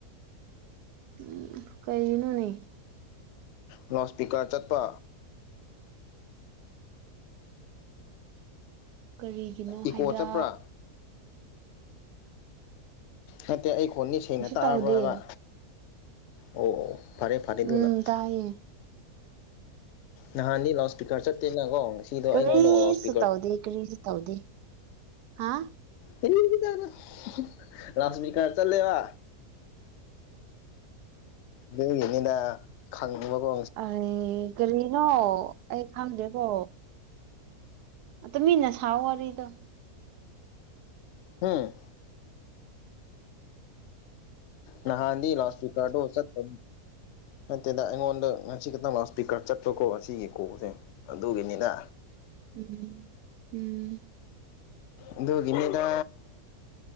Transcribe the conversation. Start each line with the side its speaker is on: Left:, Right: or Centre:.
Right: ꯎꯝ ꯀꯩꯅꯣꯅꯦ
Left: ꯂꯥꯎꯠ ꯏꯁꯄꯤꯀꯔ ꯆꯠꯄ
Right: ꯀꯔꯤꯒꯤꯅꯣ
Left: ꯏꯀꯣ
Right: ꯍꯥꯏꯕ
Left: ꯆꯠꯄ꯭ꯔꯥ ꯅꯠꯇꯦ ꯑꯩ ꯈꯣꯟꯅꯤ ꯁꯦꯡꯅ
Right: ꯀꯩꯁꯨ
Left: ꯇꯥꯔꯕ꯭ꯔꯣ
Right: ꯇꯧꯗꯦ
Left: ꯍꯥꯏꯕ ꯑꯣ ꯐꯔꯦ ꯐꯔꯦ ꯑꯗꯨꯅ
Right: ꯎꯝ ꯇꯥꯏꯌꯦ
Left: ꯅꯍꯥꯟꯗꯤ ꯂꯥꯎꯠ ꯏꯁꯄꯤꯀꯔ ꯆꯠꯇꯦꯅꯀꯣ ꯉꯁꯤꯗꯣ
Right: ꯀꯔꯤꯁꯨ
Left: ꯑꯩꯉꯣꯟꯗ ꯂꯥꯎꯠ ꯏꯁꯄꯤꯀꯔ
Right: ꯇꯧꯗꯦ ꯀꯔꯤꯁꯨ ꯇꯧꯗꯦ ꯍꯥ
Left: <unintelligible> ꯂꯥꯎꯠ ꯏꯁꯄꯤꯛꯀꯔ ꯆꯂꯦꯕ ꯑꯗꯨꯒꯤꯅꯤꯗ ꯈꯪꯕꯒꯣ
Right: ꯑꯩ ꯀꯔꯤꯅꯣ ꯑꯩ ꯈꯪꯗꯦꯀꯣ ꯇꯨꯃꯤꯟꯅ ꯁꯥꯋꯣ ꯋꯔꯤꯗꯣ
Left: ꯎꯝ ꯅꯍꯥꯟꯗꯤ ꯂꯥꯎꯠ ꯏꯁꯄꯤꯛꯀꯥꯔꯗꯣ ꯆꯠꯇ ꯅꯠꯇꯦꯗ ꯑꯩꯉꯣꯟꯗ ꯉꯁꯤ ꯈꯤꯇꯪ ꯂꯥꯎꯠ ꯏꯁꯄꯤꯀꯔ ꯆꯠꯄꯀꯣ ꯑꯁꯤ ꯏꯀꯣꯖꯦ ꯑꯗꯨꯒꯤꯅꯤꯅ
Right: ꯎꯝ ꯎꯝ
Left: ꯑꯗꯨꯒꯤꯅꯤꯗ